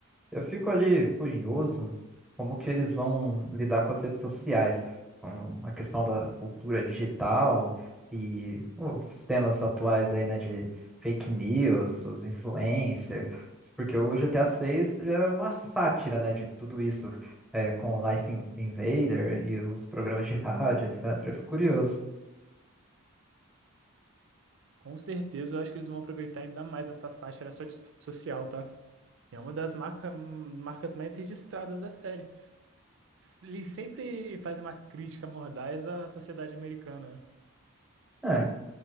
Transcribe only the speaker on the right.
Com certeza, eu acho que eles vão aproveitar ainda mais essa sátira so- social, tá? É uma das marca, marcas mais registradas da série. Ele sempre faz uma crítica mordaz à sociedade americana.